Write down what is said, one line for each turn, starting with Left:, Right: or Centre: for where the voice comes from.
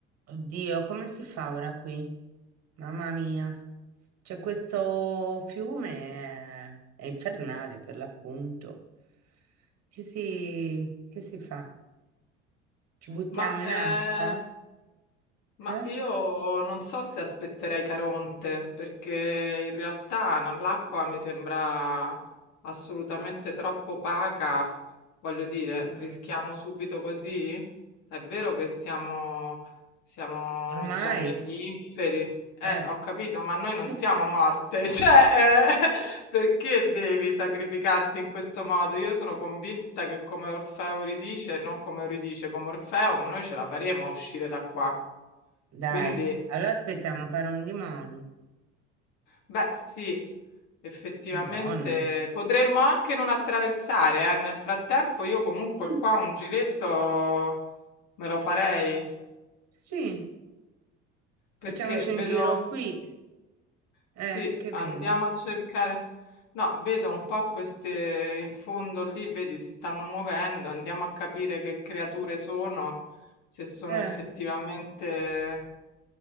Right: Oddio, come si fa ora qui? Mamma mia. C'è questo fiume, è, è infernale per l'appunto. Che si, che si fa? Ci buttiamo
Left: Ma, ehm
Right: in acqua?
Left: ma
Right: Eh?
Left: io non so se aspetterei Caronte, perché in realtà n- l'acqua mi sembra assolutamente troppo opaca. Voglio dire,
Right: Mm,
Left: rischiamo subito così? È vero che siamo, siamo
Right: Ormai,
Left: già negli inferi. Eh,
Right: eh.
Left: ho capito, ma noi non
Right: <laughs>
Left: siamo morte. <laughs> Cioè, eh, <laughs> perché devi sacrificarti in questo modo? Io sono convinta che come Orfeo ridice, non come Euridice, come Orfeo, noi ce la faremo a uscire da qua.
Right: Dai,
Left: Quindi,
Right: allora aspettiamo che era un demonio.
Left: beh, sì, effettivamente
Right: Madonna.
Left: potremmo anche non attraversare, eh. Nel frattempo io comunque
Right: Mm,
Left: qua un giretto me lo farei,
Right: sì, facciamoci
Left: perché vedo,
Right: un giro qui. Eh,
Left: sì,
Right: che
Left: andiamo
Right: vedi?
Left: a cercare, no, vedo un po' queste in fondo lì, vedi, si stanno muovendo, andiamo a capire che creature sono, se sono
Right: Eh,
Left: effettivamente...